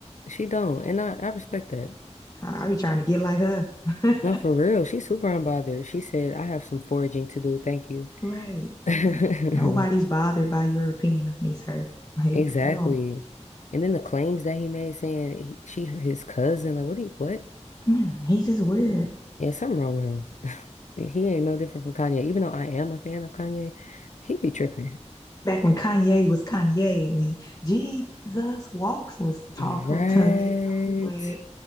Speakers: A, on the left (about 85°); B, on the left (about 30°).
A: She don't, and I, I respect that.
B: I, I be trying to get like her. <laughs>
A: No, for real, she's super unbothered. She said, I have some foraging to do, thank you.
B: Right.
A: <laughs>
B: Like, nobody's bothered by your opinion of me, sir. Like,
A: Exactly.
B: at all.
A: And then the claims that he made saying he, she his cousin, like what do you, what?
B: Mm, He just weird.
A: Yeah, something wrong with him. <laughs> He ain't no different from Kanye. Even though I am a fan of Kanye, he be tripping.
B: Back when Kanye was Kanye, when Jesus Walks was Taco
A: Right.
B: Tongue, you know where